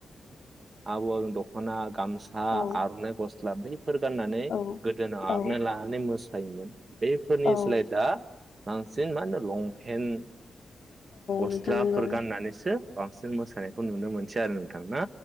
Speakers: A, on the right; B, on the left.
A: <unintelligible> हना। गामसा
B: औ
A: आरनाइ गस्ला बैफोर गाननानै
B: औ
A: गोदोनायाव
B: औ
A: आरनाइ लानानै मोसायोमोन बफोरनि
B: औ
A: सोलाय दा बांसिन मा होनो लंपेन्ट। गस्लाफोर
B: नोंथां नंगौ
A: गाननानैसो। बांसिन मोसानायखौ नुनो मोनसै आरो। नोंथां ना